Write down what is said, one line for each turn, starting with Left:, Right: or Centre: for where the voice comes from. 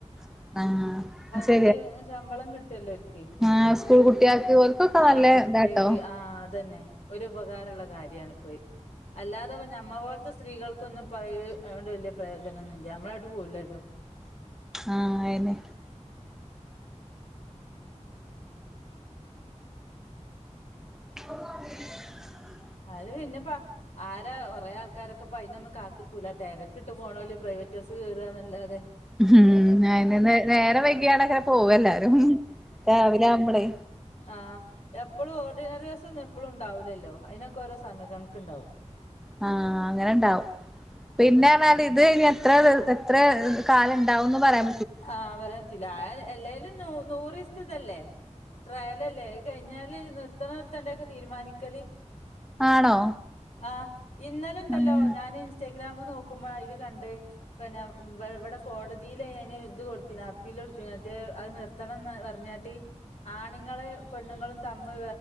Centre: ആഹ <inaudible>
Left: അത്രയും ശമ്പളം കിട്ടുവല്ലോ ഓൽക്ക്
Centre: ആഹ് സ്കൂൾ കുട്ട്യാക്ക് ഓൽക്കൊക്കെ
Left: ആഹ്
Centre: നല്ല
Left: കുട്ടികൾക്ക്
Centre: ഇതാട്ടോ
Left: ആഹ് അതന്നെ. ഒരു ഉപകാരമുള്ള കാര്യമാണിപ്പോയി അല്ലാതെ നമ്മളെപോലത്തെ സ്ത്രീകൾക്ക് നമുക്കൊന്നും ഇപ്പം അതുകൊണ്ട് വലിയ പ്രയോജനം ഒന്നുമില്ല നമ്മളായിട്ട് പോവല്ലല്ലോ.
Centre: ആഹ് അയിനെ <inaudible>
Left: അത് പിന്നെപ്പ ആരാ കൊറേ ആൾക്കാരൊക്കെപ്പ അതിനൊന്നും കാത്തു പുല തിരക്കിട്ട് പോണോല്ല് പ്രൈവറ്റ് ബസ്സ് കേയറുകന്നല്ലാതെ
Centre: ഉം അയിന് നേരം വൈകിയാണ്ടാക്കാരം പോവ എല്ലാരും രാവിലെയാവുമ്പോള്‍
Left: ആ എപ്പോളും ഓർഡിനറി ബസ് എപ്പോഴും ഉണ്ടാവില്ലല്ലോ അതിനൊക്കെ ഓരോ സമയം കണക്കുണ്ടാവും.
Centre: ആ അങ്ങനെണ്ടാവും പിന്നെ പറഞ്ഞാല്‍ ഇത് എത്ര എത്ര കാലണ്ട് ഉന്നും പറയാ
Left: ആഹ് പറയാന്‍ പറ്റൂല ആ എല്ലേലും നൂറ് ദിവസത്തെതല്ലേ ട്രയലല്ലേ കഴിഞ്ഞാല് നിർത്തണോ നിർത്തേണ്ട ഒക്കെ തീരുമാനിക്കല്
Centre: ആണോ.
Left: ആ ഇന്നലെണ്ടല്ലോ
Centre: ആഹ്
Left: ഞൻ ഇൻസ്റ്റ ഗ്രാമം നോക്കുമ്പോ അയിൽ കണ്ട് പിന്നെ ഇവിടെ കോടതിൽ അയിന് അത് കൊടുത്തിന അപ്പില് കൊടുത്തീന മറ്റേ അത് നിർത്തണംന്ന് പറഞ്ഞാണ്ട് ആണുങ്ങൾ പെണ്ണുങ്ങളും തമ്മിൽ